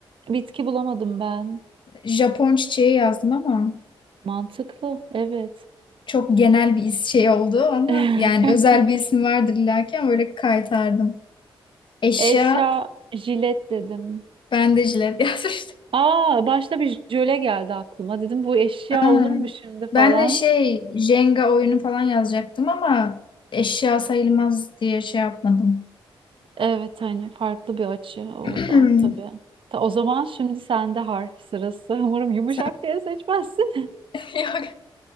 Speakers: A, on the right; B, on the left.
A: bitki bulamadım ben.
B: Japon çiçeği yazdım ama
A: Mantıklı. Evet.
B: çok genel bir is- şey oldu ama
A: <laughs>
B: yani özel bir isim vardır illaki ama böyle kaytardım. Eşya,
A: Eşya jilet dedim.
B: ben de jilet <laughs> yazmıştım.
A: Aa başta bir jöle geldi aklıma. Dedim bu eşya
B: Aa,
A: olur mu şimdi
B: ben
A: falan.
B: de şey Jenga oyunu falan yazacaktım ama eşya sayılmaz diye şey yapmadım.
A: Evet hani farklı bir açı o
B: <clears throat>
A: da tabii. Ta, o zaman şimdi sende harf sırası. <laughs> Umarım yumuşak
B: Sen-
A: G seçmezsin.
B: <laughs> Yok.